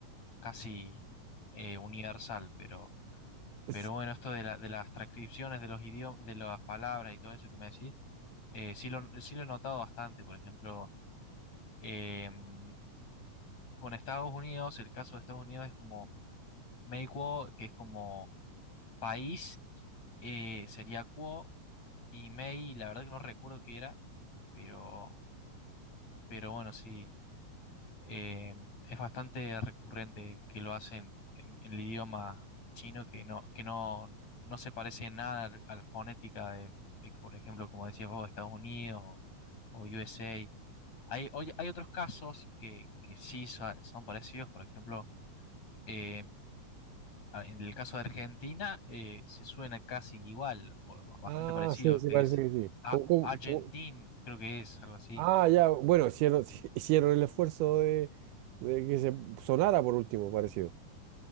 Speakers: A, on the left; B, on the right.
A: casi eh, universal, pero...
B: Es-
A: Pero bueno, esto de, la- de las transcripciones de los idiomas, de las palabras y todo eso que me decís, eh, sí lo, sí lo he notado bastante. Por ejemplo, em, con Estados Unidos, el caso de Estados Unidos es como Mei Kuo, que es como país, eh, sería Kuo, y Mei, la verdad que no recuerdo qué era, pero, pero bueno, sí, eh, es bastante recurrente que lo hacen en, en el idioma chino, que no, que no, no se parece en nada al- a la fonética de, de, por ejemplo, como decías vos, Estados Unidos o, o USA. Hay, oye, hay otros casos que, que sí son, son parecidos, por ejemplo, em, a- en el caso de Argentina eh, se suena casi igual, o ba- bastante
B: Ah,
A: parecido,
B: sí, sí,
A: que
B: parece
A: es
B: que sí.
A: a
B: ¿Cómo- cómo-
A: Argentin,
B: cómo?
A: creo que es algo así.
B: Ah, ya. Bueno, hicieron, <laughs> hicieron el esfuerzo de, de que se sonara por último, parecido.